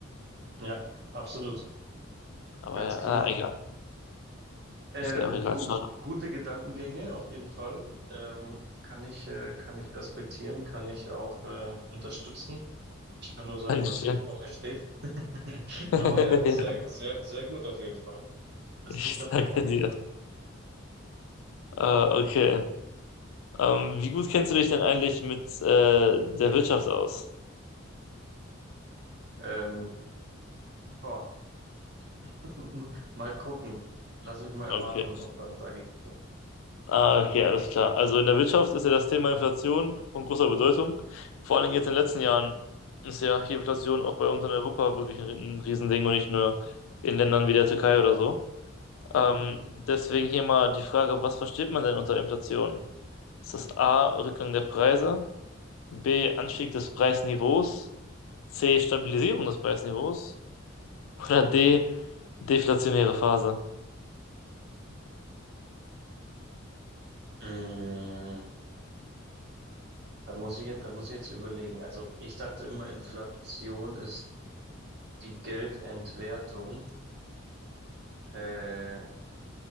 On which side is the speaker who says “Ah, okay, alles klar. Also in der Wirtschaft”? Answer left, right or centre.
Left